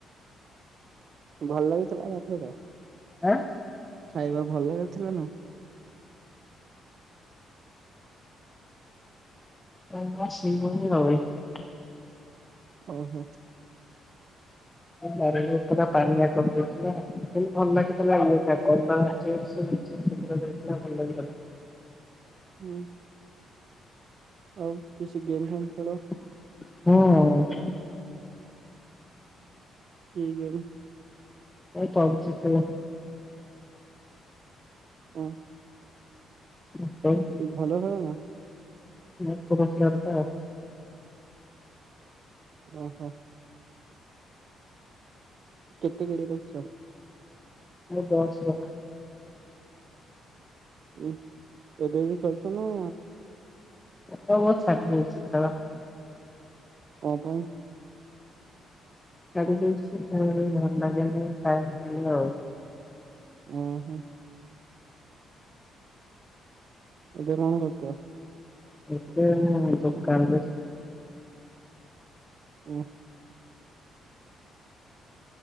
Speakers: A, on the right; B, on the left.
A: ଭଲ ଲାଗିଥିଲା ତା ସହିତ
B: ଆଁ।
A: ଖାଇବା ଭଲ କରିଥିଲା ନା
B: <unintelligible>
A: ଓହୋ।
B: ବାରି ହୋଥୁଲା ପାଣିଆ କରି ଦେଇଥିଲା ସେ ଭଲ ଲାଗିଥିଲା ଇଏଯାହା କରିଦେଇଚି। ସେସିଘ୍ର ଦେଥିଲା ଭଲ ଲାଗିଗଲ।
A: ହୁଁ। ଆଉ କିଛି ଗେମ୍ ଫେମ୍ ଖେଳ?
B: ହଁ।
A: କି ଗେମ୍?
B: ଚାଲିଚି ଖେଳ।
A: ଉଁ।
B: <unintelligible>
A: ଭଲ ଖେଳନା?
B: ମତେ ରଖିବାରୁ ଫାଷ୍ଟେ।
A: ଓହୋ। କେତେ ବଡ଼ କରିଚ?
B: ମୋ ବସ୍ ରଖା।
A: ଉଁ ଏବେ ବି କରୁଚ ନାଁ?
B: ଏବେପା ଛାଡିକି ଆସିଚି ଟାୱାର।
A: କ ପାଇଁ?
B: ଛାଡିକି ଆସିଚି ଖେଳିଵାପାଇଁ ଭଲଲାଗେ ନାହିଁ ଟାଡହେଲ।
A: ଉଁ ହୁଁ। ଏବେ ରୁହିଁ ଯାତ୍ରା।
B: ଏତେ ଵେଳଯାଏ କଣ କରୁଚ ଗାଁ ରେ ବସ୍?
A: ଉଁ।